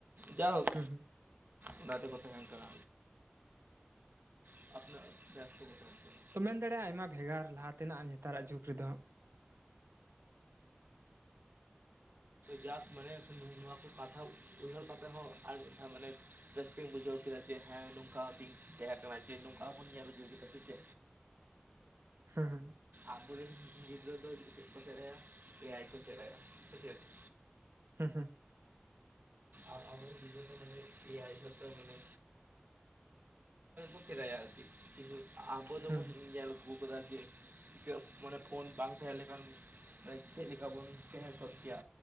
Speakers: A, on the right; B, on the right.
A: ᱡᱟᱭᱦᱳᱠ
B: ᱦᱩᱸ ᱦᱩᱸ
A: ᱚᱱᱟ ᱛᱮᱠᱚ ᱛᱟᱦᱮᱱ ᱠᱟᱱᱟ ᱾ <unintelligible> ᱠᱟᱱᱟ
B: ᱛᱚ ᱢᱮᱱ ᱫᱟᱲᱮᱭᱟᱜᱼᱟ, ᱟᱭᱢᱟ ᱵᱷᱮᱜᱟᱨ ᱞᱟᱦᱟ ᱛᱮᱱᱟᱜ ᱱᱮᱛᱟᱨᱟᱜ ᱡᱩᱜᱽ ᱨᱮᱫᱚ ᱾
A: ᱡᱟᱠ ᱢᱟᱱᱮ ᱠᱚ ᱠᱟᱛᱷᱟ ᱵᱩᱡᱷᱟᱹᱣ ᱠᱟᱛᱮ ᱦᱚᱸ ᱟᱨ ᱢᱟᱱᱮ ᱨᱟᱹᱥᱠᱟᱹᱧ ᱵᱩᱡᱷᱟᱹᱣ ᱠᱮᱫᱟ ᱡᱮ, ᱦᱮᱸ ᱱᱚᱝᱠᱟᱛᱤᱧ ᱛᱟᱦᱮᱸ ᱠᱟᱱᱟ ᱡᱮ ᱱᱚᱝᱠᱟ ᱵᱚᱱ ᱧᱮᱞ ᱦᱚᱪ ᱠᱮᱫᱟ ᱥᱮ ᱪᱮ
B: ᱦᱩᱸ ᱦᱩᱸ
A: ᱟᱵᱚᱨᱮᱱ ᱜᱤᱫᱽᱨᱟᱹ ᱫᱚ ᱡᱚᱛᱮᱫ ᱠᱚ ᱥᱮᱞᱟᱭᱟ ᱮᱭᱟᱭ ᱠᱚ ᱥᱮᱞᱟᱭᱟ ᱦᱮᱸᱥᱮ ᱾
B: ᱦᱩᱸ ᱦᱩᱸ ᱾
A: ᱟᱨ ᱟᱵᱚ ᱢᱟᱱᱮ ᱮᱟᱭ ᱦᱤᱥᱟᱹᱵᱽ ᱛᱮ ᱢᱟᱱᱮ <unintelligible> ᱟᱨᱠᱤ ᱠᱤᱱᱛᱩ ᱟᱵᱚ ᱡᱮᱢᱚᱱ
B: ᱦᱮᱸ
A: ᱧᱮᱞ ᱟᱹᱜᱩ ᱟᱠᱟᱫᱟ ᱡᱮ ᱢᱟᱱᱮ ᱯᱷᱳᱱ ᱵᱟᱝ ᱛᱟᱦᱮᱸ ᱞᱮᱱᱠᱷᱟᱱ ᱪᱮᱫ ᱞᱮᱠᱟ ᱵᱚᱱ ᱛᱟᱦᱮᱸ ᱠᱚ ᱠᱮᱭᱟ